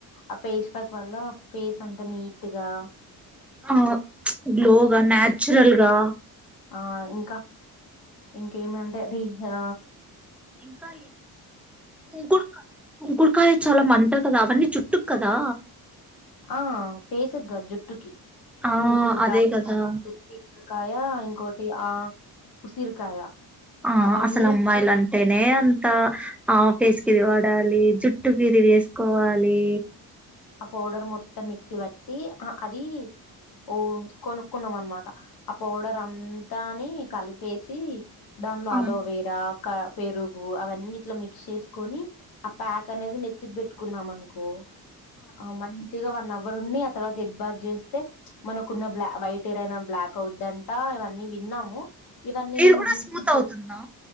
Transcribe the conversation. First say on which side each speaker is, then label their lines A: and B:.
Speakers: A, on the left; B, in the centre.
A: ఆ ఫేస్ ప్యాక్ వల్ల ఫేస్ అంతా నీట్గా
B: ఆ గ్లోగా నాచురల్గా
A: ఆ ఇంకా ఇంకేమంటే రీ హా
B: ఇంకా కుంకుడుకాయ కుంకుడుకాయ చాలా మంటా కదా అవన్నీ జుట్టు కదా
A: ఆ ఫేసుగాదు జుట్టుకి
B: ఆ
A: కుంకుడు
B: అదే
A: కాయ
B: కదా
A: షికకయా ఇంకోటి ఆ ఉసిరికాయ
B: ఆ
A: అవన్నీ
B: అసలు అమ్మాయిల అంటేనే అంత ఆ ఫేస్ ఏది వాడాలి జుట్టు ఏది వేసుకోవాలి
A: ఆ పౌడర్ మొత్తం మిక్సీ వట్టి అది ఓ కొనుకున్నాం అనమాట ఆ పౌడర్ అంతాని కలిపేసి దాంట్లో
B: ఆ
A: అలోవేరా కా పెరుగు అవన్నీ ఇట్లా మిక్స్ చేసుకొని ఆ ప్యాక్ అనేది నెత్తికి పెట్టుకున్నాం అనుకో ఆ మంచిగా వన్ అవ్ అవర్ ఉండి ఆ తర్వాత హెడ్ బాత్ చేస్తే మనకున్న బ్లా వైట్ హెయిర్ అయిన బ్లాక్ అవుద్దంట ఇవన్నీ విన్నాము ఇవన్నీ
B: ఇది
A: మేము
B: కూడా
A: <unintelligible>
B: స్మూత్ అవుతుందా